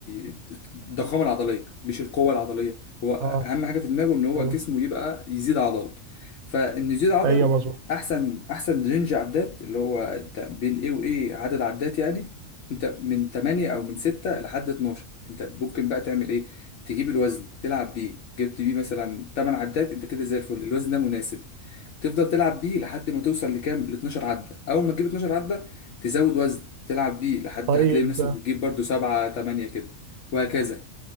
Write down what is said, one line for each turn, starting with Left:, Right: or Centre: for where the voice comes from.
Left: ي- الضخامه العضليه مش القوه العضليه هو اهم
Right: اه
Left: حاجه في دماغه ان هو
Right: ايوه
Left: جسمه يبقى يزيد عضل فان يزيد عضل
Right: أيوة، مظبوط
Left: احسن احسن رينج عدات اللي هو انت بين ايه وايه عدد عدات يعني انت من 8 او من 6 لحد 12 انت ممكن بقى تعمل ايه تجيب الوزن تلعب بيه جبت بيه مثلا 8 عدات انت كده زي الفل الوزن ده مناسب تفضل تلعب بيه لحد ما توصل لكام ل 12 عده اول ما تجيب 12 عده تزود وزن تلعب بيه لحد
Right: طيب
Left: هتلاقي نفسك بتجيب برضو 7 8 كده وهكذا